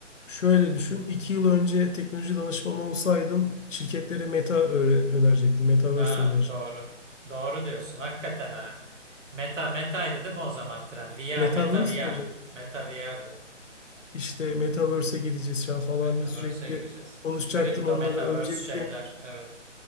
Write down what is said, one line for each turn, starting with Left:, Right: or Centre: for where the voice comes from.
Left: Şöyle
Right: ürünleri.
Left: düşün, iki yıl önce teknoloji danışmanı olsaydın şirketlere meta öğre- önerecektin, metaverse
Right: Ha
Left: önerecektin.
Right: doğru. Doğru diyorsun hakikaten ha. Meta metaydı değil mi o zaman trend? VR
Left: Metaverse
Right: meta VR.
Left: mi?
Right: Meta VR'dı.
Left: İşte metaverse'e gideceğiz ya falan
Right: Metaverse'e
Left: diye sürekli
Right: gireceğiz.
Left: konuşacaktın,
Right: Kripto
Left: onları
Right: metaverse
Left: övecektin.
Right: şeyler evet.